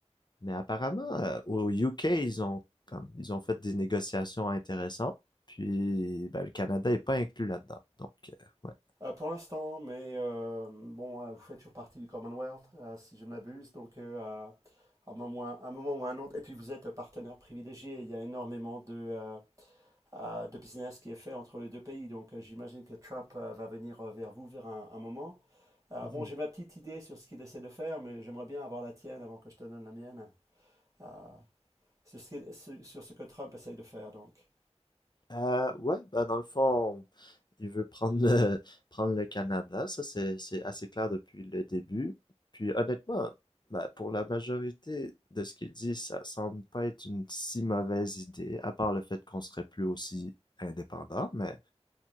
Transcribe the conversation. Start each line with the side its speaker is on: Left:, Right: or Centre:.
Left: Mais apparemment, euh, au UK, ils ont comme ils ont fait des négociations intéressantes. Puis ben, le Canada est pas inclus là-dedans. Donc euh, ouais.
Right: Euh, pour l'instant, mais euh, bon, euh, vous faites toujours partie du Commonwealth, euh, si je ne m'abuse, donc euh, à un moment, ou un un moment ou un autre, et puis vous êtes un partenaire privilégié, il y a énormément de... euh, euh, de business qui est fait entre les deux pays. Donc euh, j'imagine que Trump euh, va venir euh, vers vous vers un, un moment. Euh,
Left: Mhm.
Right: bon, j'ai ma petite idée sur ce qu'il essaie de faire, mais j'aimerais bien avoir la tienne avant que je te donne la mienne, euh, sur ce qu'il- sur- sur ce que Trump essaye de faire, donc.
Left: Euh, ouais, bah dans le fond, il veut prendre le, <laughs> prendre le Canada, ça c'est c'est assez clair depuis le début. Puis honnêtement, bah, pour la majorité de ce qu'il dit, ça semble pas être une si mauvaise idée, à part le fait qu'on serait plus aussi indépendant, mais